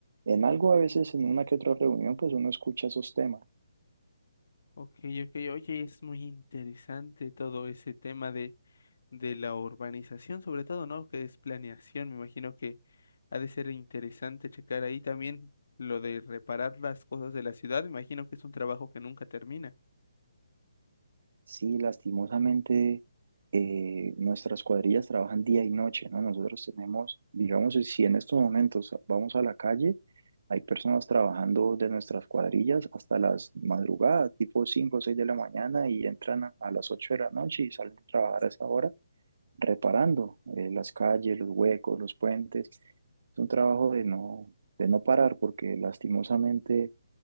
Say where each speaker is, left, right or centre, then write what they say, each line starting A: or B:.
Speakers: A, on the right (about 55°); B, on the left (about 55°).
A: en algo a veces, en una que otra reunión, pues uno escucha esos temas.
B: Ok, ok, oye, es muy interesante todo ese tema de, de la urbanización, sobre todo, ¿no? Que es planeación, me imagino que ha de ser interesante checar ahí también lo de reparar las cosas de la ciudad, me imagino que es un trabajo que nunca termina,
A: Sí, lastimosamente eh, nuestras cuadrillas trabajan día y noche, ¿no? Nosotros tenemos, digamos, si en estos momentos vamos a la calle, hay personas trabajando de nuestras cuadrillas hasta las madrugadas, tipo 5 o 6 de la mañana y entran a, a las 8 de la noche y salen a trabajar a esa hora reparando eh, las calles, los huecos, los puentes. Es un trabajo de no, de no parar porque lastimosamente,